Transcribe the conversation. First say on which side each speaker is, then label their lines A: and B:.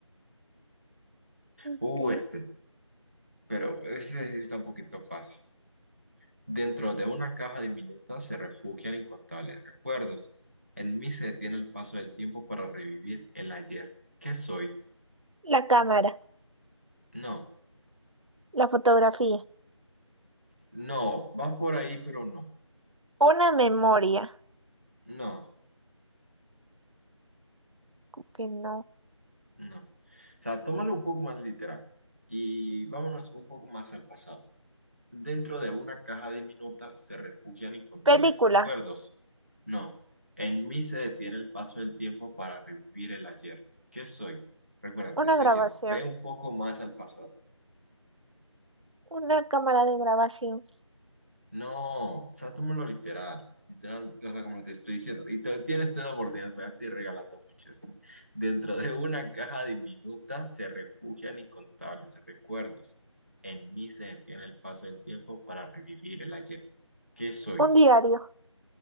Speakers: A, on the right; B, on the right.
A: Ok.
B: Uh, este. Pero ese sí está un poquito fácil. Dentro de una caja diminuta se refugian incontables recuerdos. En mí se detiene el paso del tiempo para revivir el ayer. ¿Qué soy?
A: La cámara,
B: No,
A: la fotografía,
B: no, va por ahí, pero no,
A: una memoria,
B: no,
A: que no.
B: no. O sea, tómalo un poco más literal y vámonos un poco más al pasado. Dentro de una caja diminuta se refugian incontables
A: Película,
B: recuerdos. No, en mí se detiene el paso del tiempo para revivir el ayer. ¿Qué soy? Recuerda,
A: una
B: te estoy
A: grabación,
B: diciendo, ve un poco más al pasado.
A: una cámara de grabación,
B: No, o sea, tómalo literal. Literal, o sea, como te estoy diciendo. Y te- tienes tres oportunidades, voy a estoy regalando muchas. ¿no? Dentro de una caja diminuta se refugian incontables recuerdos. En mí se detiene el paso del tiempo para revivir el ayer. ¿Qué soy?
A: un diario.